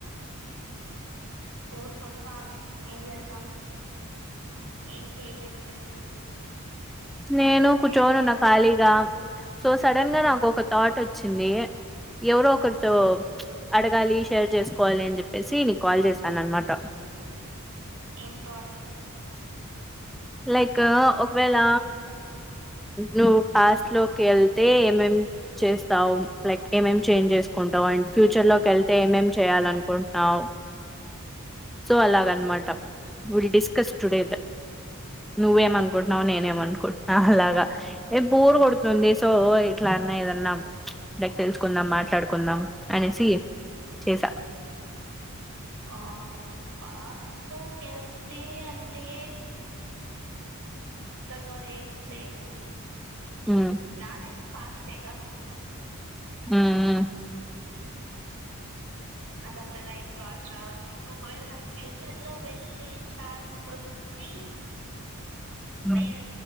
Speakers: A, on the right (about 65°); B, in the centre.
A: బోర్ కొడతాంది ఏం చేద్దాం ఏం చేయలేని పరిస్థితి
B: నేను కూర్చోని
A: యాడికి
B: ఉన్నా
A: ఎళ్ళలేం
B: ఖాళీగా సో సడన్ గా న ఒక థాట్ వచ్చింది ఎవరో ఒకరితో <unintelligible> షేర్ చేసుకోవాలి అని చెప్పేసి నీకు కాల్ చేసాను అనమాట
A: ఎం తాటు
B: లైక్ ఒకవేళ నువ్వు పాస్ట్ లోకి వెళ్తే ఏమేం చేస్తావు లైక్ ఏమేం చే చేసుకుంటావ్ అండ్ ఫ్యూచర్ లోకి వెళ్తే ఏమేం చేయాలి అనుకుంటున్నావు సో అలాగనమాట విల్ డిస్కస్ టుడే నువ్వేమనుకుంటున్నా్ నేనే ఏమనుకుంటున్నావు అలాగా ఏ బోరు కొడుతుంది సో ఇట్ల ఏదన్నా లైక్ తెలుసుకుందాం మాట్లాడుకుందాం అనేసి చేస
A: ఆ ఫస్ట్ లోకి కేళ్తే అంటే ఇంతగా ఏం లేవు
B: మ్మ్
A: నాలై పాస్ట్ ఎగ
B: మ్మ్
A: నాకు అంతగా ఏం థాట్స్ రావట్లేదు ఒకవేళ నాకు ఫ్యూచర్ లో వెళ్ళి ఛాన్స్ వ తీ
B: మ్మ్
A: నేను